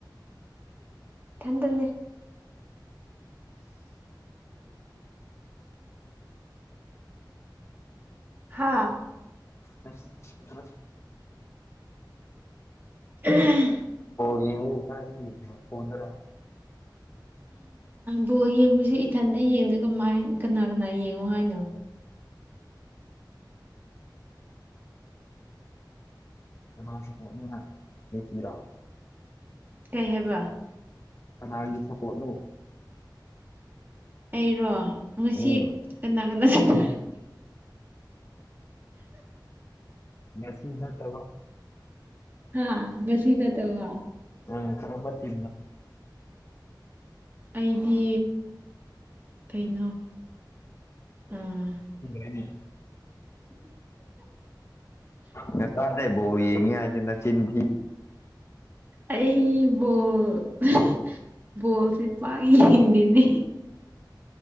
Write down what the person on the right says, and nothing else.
ꯀꯗꯅꯦ ꯍꯥꯥ
ꯎꯝ
ꯕꯣꯜ ꯌꯦꯡꯕꯕꯁꯤ ꯏꯊꯟꯇ ꯌꯦꯡꯗꯦ ꯀꯃꯥꯏ ꯀꯅꯥ ꯀꯅꯥ ꯌꯦꯡꯉꯣ ꯍꯥꯏꯅꯣ
ꯀꯩ ꯍꯥꯏꯕ
ꯑꯩꯔꯣ ꯉꯁꯤ
ꯀꯅꯥ ꯀꯅꯥ ꯆꯠꯒꯦ
ꯍꯥꯥ ꯉꯁꯤꯅꯠꯇ ꯋꯥ
ꯑꯩꯗꯤ ꯀꯩꯅꯣ ꯑꯥ
ꯑꯩꯕꯨꯣ ꯣꯜꯁꯤ ꯄꯥꯒꯤ ꯍꯗꯅꯤ